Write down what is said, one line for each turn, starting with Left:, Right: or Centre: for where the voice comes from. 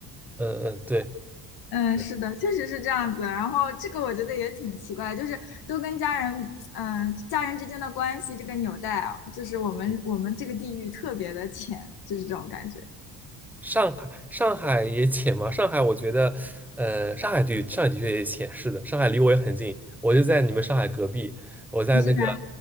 Centre: 嗯嗯，对，
Left: 嗯，
Centre: 对
Left: 是的，确实是这样子。然后这个我觉得也挺奇怪，就是都跟家人，嗯、家人之间的关系这个纽带啊，就是我们我们这个地域特别的浅，
Centre: 嗯
Left: 就是这种感觉。
Centre: 上海，上海也浅嘛？上海，我觉得，呃，上海对上海的确也浅，是的，上海离我也很近，我就在你们上海隔壁，我在那个
Left: 你是哪？